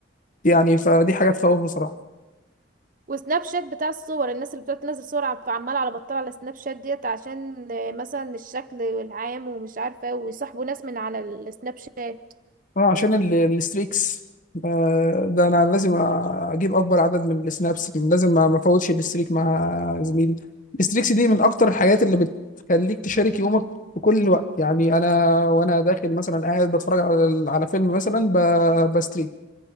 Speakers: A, on the left; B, on the right.
A: يعني فدي حاجه تخوف بصراحه
B: وسناب شات بتاع الصور الناس اللي بتقعد تنزل صور عم- عماله على بطال على سناب شات ديت عشان آه، مثلا الشكل والعام ومش عارفه إيه، ويصاحبوا ناس من على السناب شات
A: اه عشان ال- الستريكس آه، ده انا لازم اجيب اكبر عدد من السنابس لازم ما ما افوتش الستريك مع زميلي الستريكس دي من اكتر الحاجات اللي بتخليك تشارك يومك في كل الوقت يعني انا وانا داخل مثلا قاعد بتفرج على على فيلم مثلا ب- بستريك